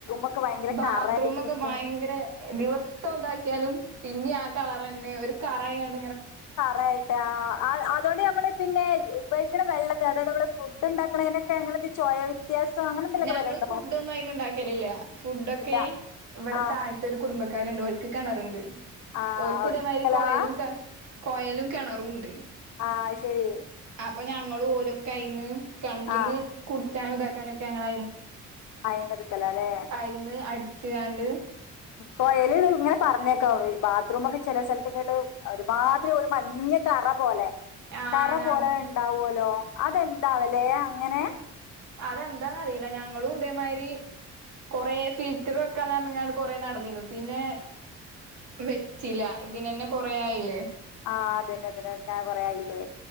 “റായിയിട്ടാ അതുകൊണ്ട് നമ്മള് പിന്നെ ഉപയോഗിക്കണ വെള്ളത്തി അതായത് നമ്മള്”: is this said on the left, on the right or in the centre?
Left